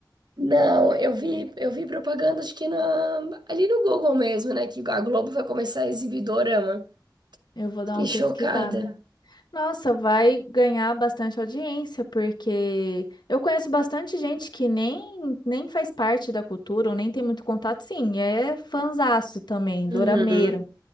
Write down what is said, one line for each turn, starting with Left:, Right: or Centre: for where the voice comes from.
Right: Não, eu vi, eu vi propaganda, acho que na, ali no Google mesmo, né? Que a Globo vai começar a exibir Dorama.
Left: Eu vou dar
Right: Fiquei
Left: uma
Right: chocada.
Left: pesquisada. Nossa, vai ganhar bastante audiência, porque eu conheço bastante gente que nem, nem faz parte da cultura, ou nem tem muito contato, sim, é fanzaço também,
Right: Uhum.
Left: dorameiro.